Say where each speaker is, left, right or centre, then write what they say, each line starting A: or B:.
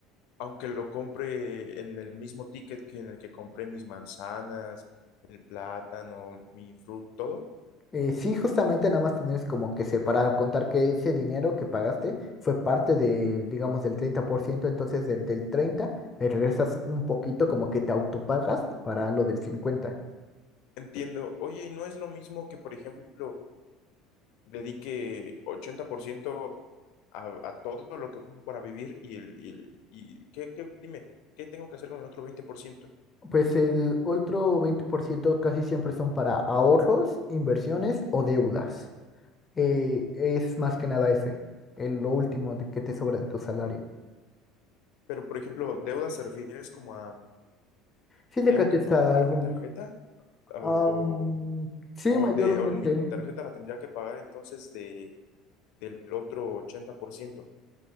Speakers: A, on the left; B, on the left.
A: aunque lo compre en el mismo ticket que en el que compré mis manzanas, el plátano, mi fruta, todo,
B: Eh, sí, justamente nada más tienes como que separar, contar que ese dinero que pagaste fue parte de, digamos, del 30% entonces del, del 30 le regresas un poquito, como que te autopagas para lo del 50.
A: entiendo, oye, y no es lo mismo que, por ejemplo, dedique 80% a, a todo lo que ocupo para vivir y el, y el- y ¿qué, qué- dime, ¿qué tengo que hacer con el otro veinte por ciento.
B: Pues el otro 20% casi siempre son para ahorros, inversiones o deudas. Eh, es más que nada ese, el, lo último de que te sobra de tu salario.
A: Pero, por ejemplo, deudas se refieres como a,
B: Si le
A: ¿tengo
B: gastes
A: que pagar
B: a algún...
A: mi tarjeta? O,
B: am, sí,
A: o,
B: mayormente.
A: o de, o mi tarjeta la tendría que pagar entonces de del otro 80%.